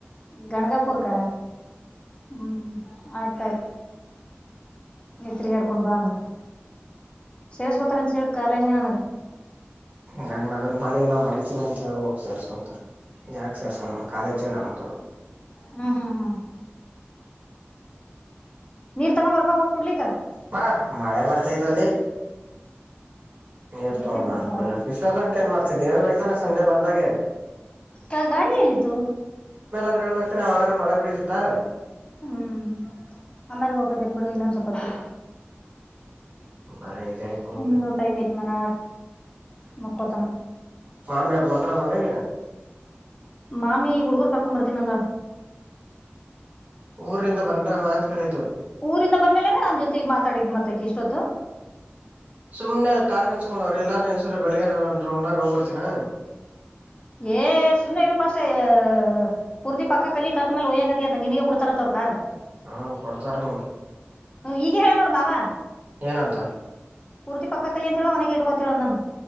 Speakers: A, on the left (about 25°); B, on the right (about 35°).
A: ಗಣಗಪುರ್ ಕ ಹ್ಮ್ ಆಯ್ತ ಆಯ್ತು ಮೇಸ್ತ್ರಿಗಿಡ್ಕೊಂಡ್ ಬಾ ಮ ಸೇರ್ ಪುತ್ರನ್ಸೆಲ್ ಕಾಲೇಜ್ನನಾಗ
B: ನನ್ ಮಗನ ಪಾಲನ್ ನ ಬರಿತೀನಿ ಅಂತ ಹೇಳಿ ಹೋಗ ಸೇರಿಸಸ್ಕೊಂತಾರೆ ಯಾಕ್ ಸೇರಿಸ್ಕೊಳ್ಳಲ್ಲ ಕಾಲೇಜೆ ನಮ್ದು
A: ಹ್ಮ್ ಹ್ಮ್ ಹ್ಮ್ ತಗೊಂಬರ್ಬಾ ಹೋಗಿ ಕುಡ್ಲಿಕ್ಕ
B: ಮಾಮ ಮಳೆ ಬರ್ತಾಯ್ತಲ್ಲಿ ನೀರ್
A: ನಿಂತಿರ್ಬೇಕು
B: ತಗೋಬಂದು
A: ನೋಡ
B: ಕುಡಿಲ ಇಷ್ಟ ಆದಂಕ ಏನ್ ಮಾಡ್ತಿದಿದ್ದಿ ಹೇಳಬೇಕ್ ತಾನೆ ಸಂಜೆ ಬಂದಾಗೆ
A: ತ ಗಾಡಿ ಎಲ್ಲಿತ್ತು
B: ಇಂದ್ರೆ ಹೇಳ್ಬೇಕತಾನೆ ಅವಾಗಾರು ಮಳೆ ಬೀಳ್ತಾ
A: ಹ್ಮ್ ಆಮೇಲೆ ಹೋಗಕತಿತ್ ಬಿಡು ಇನ್ನೊಂದ ಸ್ವಲ್ಪತ್ತು ಬಿ
B: ಬರೀ ಇದ ಆಯ್ತು ನಿಮ್ದು
A: ಇನ್ನೂ ಟೈಮ ಐತ್ ಮನರ್ ಮಕ್ಕೊತನ
B: ಮಾಮಿಯವ್ರು ಬಂಡ್ರ ಮನೆಗೆ
A: ಮಾಮಿ ಹುಡುಗರು ಕರ್ಕೊ ಬರ್ತೀನಿ ನಂದಳ
B: ಊರಿಂದ ಬನ್ರವ ಅಂತ ಕೇಳಿತು
A: ಊರಿಂದ ಬಂದ್ಮೇಲೆನೆ ನನ್ ಜೊತೆಗ್ ಮಾತಾಡಿದ್ ಮತ್ತ್ ಆಕಿ ಇಷ್ಟೊತ್ತು
B: ಸುಮ್ನೆ ಕಾರ್ ನಿಲ್ಸ್ಕೊಂಡ್ ಅವ್ರರು ಎಲ್ಲಾರರು ನಿಲ್ಲಿಸಿರೆ ಬೆಳಗ್ಗೆ ನಾನ ಒಂದ್ ರೌಂಡಾದ್ರು ಹೋಗಬರ್ತಿನ
A: ಏ ಸುಮ್ನೆ ಇರುಪ್ಪ ಅಷ್ಟೇಯಾ ಪೂರ್ತಿ ಪಕ್ಕ ಕಲಿ ಕಲ್ತ್ ಮೇಲೆ ಒಯ್ಯಗತಿ ಅತ್ತ ನಿನಗ ಕೊಡ್ತಾರತ್ ಅವ್ರ ಕಾರ್
B: ಹ್ಮ್ ಕೊಡ್ತಾರ ನಿಂಗೆ
A: ಈಗ ಹೇಳ ನೋಡ್ ಮಾವ
B: ಏನಂತ
A: ಪೂರ್ತಿ ಪಕ್ಕ ಕಲಿಯಂತೆ ಹೇಳು ಅವನಿಗೆ ಇಟ್ಕೋ ಅಂತ ಹೇಳು ಅಂದಾನ